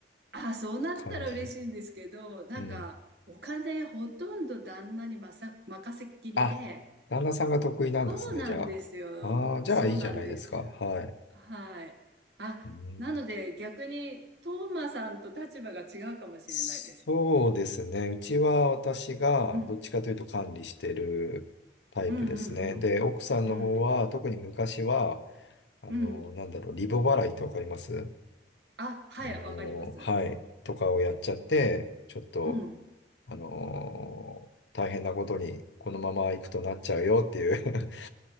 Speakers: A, on the right (about 65°); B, on the left (about 80°).
A: あ、そうなったら嬉しいんですけど、
B: 感じ
A: なんか、
B: うん。
A: お金ほとんど旦那にまさ、任せっきりで、
B: あ、旦那さんが得意なんですね、
A: そうなんですよ。
B: じゃあ。ああ、じゃあいいじゃないですか。
A: そうなんですよ。
B: はい。
A: はい。あ、
B: うん、
A: なので逆に、トーマさんと立場が違うかもしれないです。
B: そうですね。うちは私がどっちかというと管理してるタイプですね。
A: うん。うんうん
B: で、奥さんの方は特に昔は、
A: うん。
B: あの、
A: うん。うん。
B: なんだろう、リボ払いってわかります
A: あ、はい、
B: あの、
A: わかります。
B: はい、とかをやっちゃって、ちょっと、
A: うん。
B: あの、大変なことにこのまま行くとなっちゃうよっていう